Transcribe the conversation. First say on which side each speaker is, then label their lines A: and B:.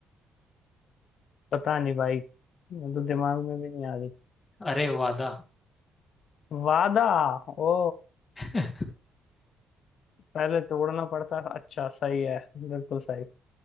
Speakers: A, on the left (about 65°); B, on the left (about 30°).
A: पता नहीं भाई मैं तो दिमाग में भी नहीं आ रही
B: अरे वादा
A: वादा ओ
B: <laughs>
A: पहले तोड़ना पड़ता अच्छा सही है बिल्कुल सही